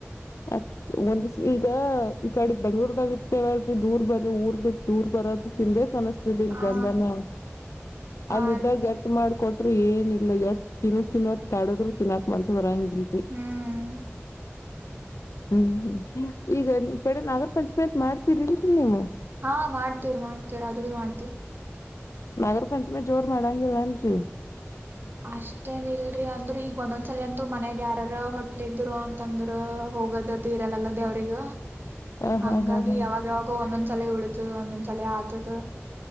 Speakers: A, on the left; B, on the right.
A: ಅ ಒಂದಿವ ಈಗ ಈ ಕಡೆ ಬೆಂಗ್ಳೂರ್ದಾಗಿತ್ತು ಲ್ ದೂರ್ ಬದು ಊರ್ ಬಿಟ್ಟ ದೂರ್ ಬರೋದು ತಿನ್ಬೇಕೇ ಕನಸ್ತ ಲ್
B: ಹಾ
A: ಬಂದಾನ
B: ಹಾ
A: ಅಲ್ಲ ಇದಿದ್ದಾಗ
B: ರೀ
A: ಟ್ ಮಾಡಕೊಟ್ರರು ಏನಿಲ್ಲ ಟ್ ತಿನ್ನು ತಿನ್ನೋತ್ ಕಾಡದ್ರು ತಿನ್ನಾಕ್ ಮಾನ್ಸ ಬರಾಂಗಿಲ್ರಿ
B: ಹ್ಮ್
A: ಹ್ಮ್ ಈಗ ನೀ್ ಕಡೆ ನಾಗರ ಪಂಚಮಾಯತ್ ಮಾಡ್ತೀರಿಲ್ರಿ ನೀವು
B: ಹಾ ಮಾಡ್ತೇವ್ರ ಮಾಡ್ತೇವ್ರ ಅದು ಭೀ ಮಾಡ್ತೇವ
A: ನಗರ ಪಂಚಮಿ ಜೋರ್ ಮಾಡಾಂಗಿಲ್ಲಏನ್ರಿ
B: ಅಷ್ಟೇನ್ ಇಲ್ರರಿ ಅಂದ್ರ ಈಗ ಒಂದೊಂದ್ಸಲ ಅಂತೂ ಮನ್ಯಾಗ ಯಾರಾರ ಹೋಟ್ಲ್ ಇದ್ರು ಅಂತಂದ್ರ ಹೋಗೋದದುು ಇರಲ್ಲಲ್ಲದೇ ಅವ್ರಗ
A: ಹ
B: ಹಂಗಾಗಿ
A: ಹಾ ಹಾ ಹಾ
B: ಯಾವಾಗ ಯಾವಾಗ ಒಂದೊಂದ್ಸಲ ಉಳತದ ಒಂದೊಂದ್ಸಲ ಆತದ